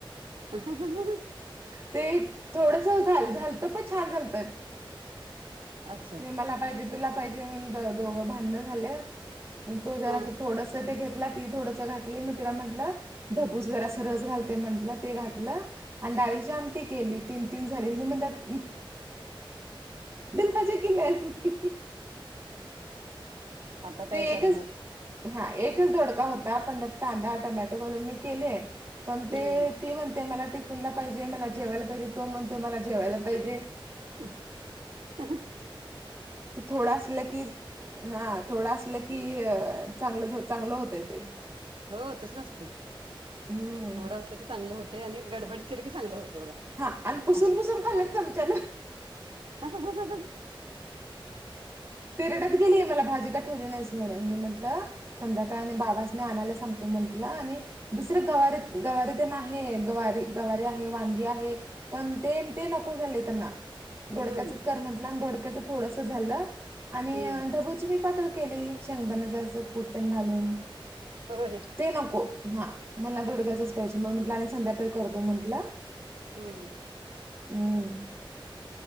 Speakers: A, on the right; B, on the right.
A: ह
B: ते थोडस झाल झालत पण छान झाल तर
A: अच्छा
B: ते मला पाहिजे तुला पाहिजे म्हण दोघं भांडण झाले मग तो जरा
A: हा
B: थोडस ते घेत घ ती थोडस घातली मी तिला म्हटलं धबूस जरा असं रस घालते म्हटलं ते घातलं अंडाळीची आमटी केली तीन तीन झाली म म्हणतात कलाणजे
A: आता काय करणार
B: एकच हा एकच दधोडका होता पण त्यात कांदा टोमॅटो घालून मी केले पण ते
A: हम्म
B: ती म्हणते मला टिफिनला पाहिजे मला जेवायला पाहिजे तो म्हणते मला जेवायला पाहिजे
A: हम्
B: ते थोडं असलं की हा थोडं असलं की चांगलं चांगलं होतय ते
A: हो तस असते
B: हम्म
A: थोडं असलं की चांगलं होत ते आणि गडबड केिरी की चांगलं होतं बघा
B: हा आणि पुसून
A: असं
B: पुसून खाल्त तुमच्यान
A: हा ह ह ह ह
B: तेिरडक गेली मला भाजी काठरण्यास म्हणून मी म्हटलं संध्याका बाबाास आणायला सांगतो म्हंटलं आणि दुसरे गवारी गवारी ते नाही गवारी गवारीे आहे वांगी आहे पण ते ते नको झाले त्यांना धोडक्याचंच
A: हम्म
B: कर म्हंटलं धोडक्याच थोडस झालं आणि
A: हम्म
B: ढबूची मी पातळ केली सगताना जां कुर्तन घालून
A: हो
B: ते नको हां मला थोडक्यायचंच पाहिजे मग म्हटलं आणि संध्याकाळी करतो म्हटलं
A: हम्म
B: हम्म